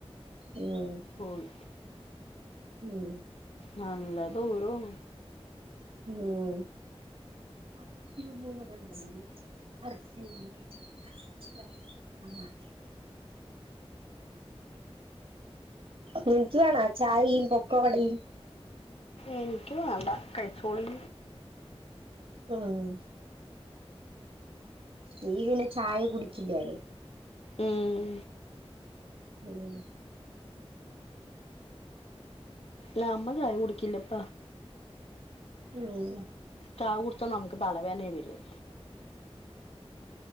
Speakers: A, on the right; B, on the left.
A: ഉം
B: പോയി
A: ഉം
B: നല്ല ദൂരണ്
A: ഉം പെർഫ്യൂം വെറെ ഉണ്ടെങ്കി പെർഫ്യൂം സ്പ്രേ ആഹ് നിഞ്ച് വേണ ചായയും പൊക്കവടയും.
B: എനിക്ക് വണ്ട കൈച്ചോളി
A: ഉം നീ പിന്നെ ചായ കുടിക്കില്ലാലോ
B: ഉം.
A: ഉം.
B: നമ്മള് ചായ കുടിക്കില്ല ഇപ്പ.
A: ഉം.
B: ചാവുടിച്ച നമുക്ക് തലവേനെ വെരും.